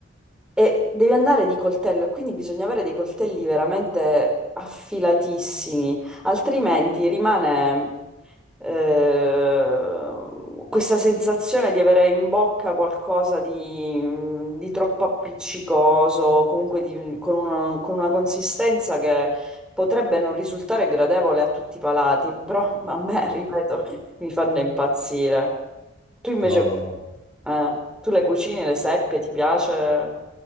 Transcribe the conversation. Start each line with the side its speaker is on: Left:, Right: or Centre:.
Centre: e devi andare di coltello, e quindi bisogna avere dei coltelli veramente affilatissimi Altrimenti rimane eh, questa sensazione di avere in bocca qualcosa di, di troppo appiccicoso, comunque di- con una, con una consistenza che potrebbe non risultare gradevole a tutti i palati, però a me, <laughs>
Left: Eh.
Centre: ripeto, mi fanno impazzire. Tu invece,
Left: No, no, no.
Centre: eh, tu le cucini, le seppie, ti piace? Eh,